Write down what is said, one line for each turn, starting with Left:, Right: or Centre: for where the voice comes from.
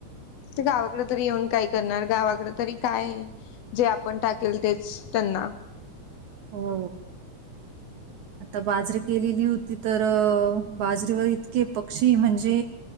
Left: ते गावाकडे तरी येऊन काय करणार? गावाकडे तरी काय? जे आपण टाकेल तेच त्यांना
Right: हो आता बाजरीे केलेली होती तर बाजरीेवर इतके पक्षी म्हणजे